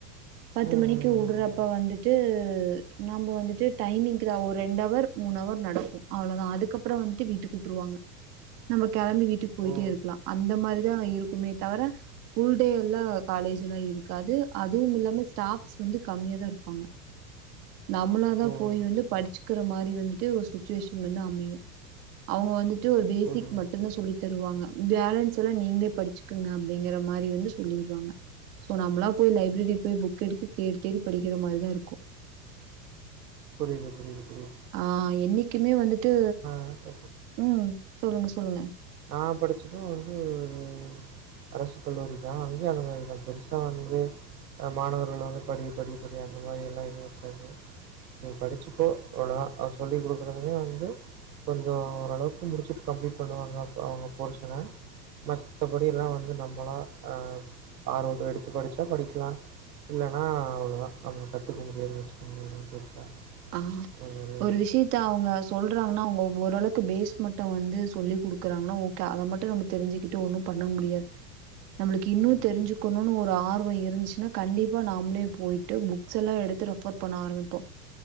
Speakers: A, on the right; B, on the right.
A: பத்து
B: ம்,
A: மணிக்கு
B: ம், ம்,
A: உடுறப்ப
B: ம்.
A: வந்துட்டு நம்ம வந்துட்டு டைமிங்கு தா ஒரு ரெண்டு அவர் மூணுஹவர் நடக்கும் அவ்ளோதா அதுக்கப்புறம் வந்துட்டு வீட்டுக்கு விட்டுருவாங்க நம்ம கிளம்பி வீட்டுக்கு போயிட்டே
B: ஓ!
A: இருக்கலா அந்த மாரிதான் இருக்குமே தவிர புல் டே எல்லா காலேஜ்லா இருக்காது அ தும் இல்லாம ஸ்டாப் வந்து கம்மியா தான் இருப்பாங்க நம்மளதா போய்
B: ஓ!
A: வந்து படிச்சு இருக்கற மாரி வந்துட்டு ஒரு சுச்சுவேஷன் வந்து அமையும் அவங்க வந்துட்டு ஒரு பேசிக்
B: புரியுது,
A: மட்டும்தா
B: புரியுது.
A: சொல்லி தருவாங்க பேலன்ஸ் எல்லா நீங்களே படிச்சுக்குங்க அப்டிங்கற மாரி வந்து சொல்லிருவாங்க சோ நம்மளா போய் லைப்ரேரி போய் புக் எடுத்து தேடி தேடி படிக்கிற மாரிதா இருக்கும்
B: புரியிது புரியிது புரிது
A: ஆ என்னைக்குமே வந்துட்டு
B: எனக்கு
A: ம் சொல்லுங்க சொல்லுங்க
B: நா படுச்சது வந்து ஒரு அரசு கல்லூரி தா அங்கயு அது மாரி தா பெருசா வந்து மாணவர்கள வந்து படி படி படி அந்த மாரி எல்லா எதூ இருக்காது நீ படிச்சுக்கோ அவ்ளோதா அது சொல்லி் குடுக்குறதுமே வந்து கொஞ்சோ ஓரளவுக்கு முடுச்சுட்டு கம்ப்ளீட் பண்ணுவாங்க அப் அவுங்க போசன மத்தபடி எல்லா வந்து நம்மளா அ ஆர்வோது எடுத்து படுச்சா படிக்கலா இல்லனா அவ்ளோதா அவுங்க கத்துக்க முடியாதுன் வச்சுக்குங்குளே எதுமே பெருசா
A: ஆ
B: அந்த மாரியா
A: ஒரு
B: இருக்கும்.
A: விஷியத் த்த அவுங்க சொல்றாங்கன்னா அவுங்க ஓரளவுக்கு பேஸ் மட்டு வந்து சொல்லிக் குடுக்குறாங்கன்னா ஓ க அத மட்டு நம்ம தெரிஞ்சுக்கிட்டு ஒண்ணு பண்ண முடியாது நம்மளுக்கு இன்னு
B: ம்.
A: தெரிஞ்சுக்கணுனு ஒரு ஆர்வோ இருன்ச்சு னா கண்டிப்பா நாமளே போயிட்டு புக்ஸ் எல்லா எடுத்து ரெஃபர் பண்ண ஆரம்பிப்போ